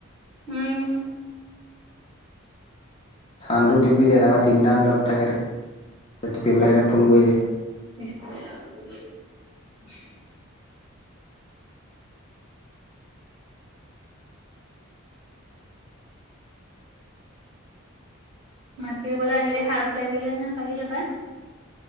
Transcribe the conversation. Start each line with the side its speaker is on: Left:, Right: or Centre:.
Right: উম।
Left: চাউনটো টিপি দে তাৰপা তিনিটা দত থাকে তাত টিপি পেলাই সেইকেইটা ফুল কৰি দিয়ে।
Right: স আৰু <unintelligible> উ <unintelligible> মাটি বলে আহিলে হাৰ লাগিলে নাই পালি হেপায়।